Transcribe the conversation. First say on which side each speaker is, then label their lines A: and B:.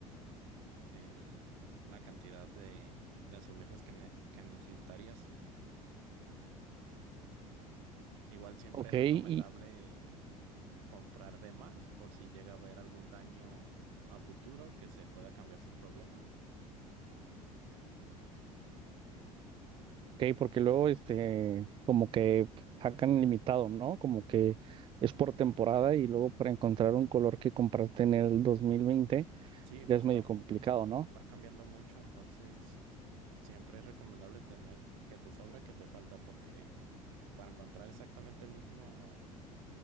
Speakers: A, on the right; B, on the right.
A: el, la cantidad de, de azulejos que, ne- que necesitarías. Igual siempre
B: Ok,
A: es
B: y
A: recomendable comprar de más por si llega a haber algún daño a futuro que se pueda cambiar sin problema.
B: ok, porque luego este como que hacan limitado, ¿no? Como que es por temporada y luego para encontrar un color que compraste en el 2020,
A: Sí,
B: ya
A: justo,
B: es medio complicado, ¿no?
A: va cambiando mucho, entonces siempre es recomendable tener que te sobra, que te falta, porque para encontrar exactamente el mismo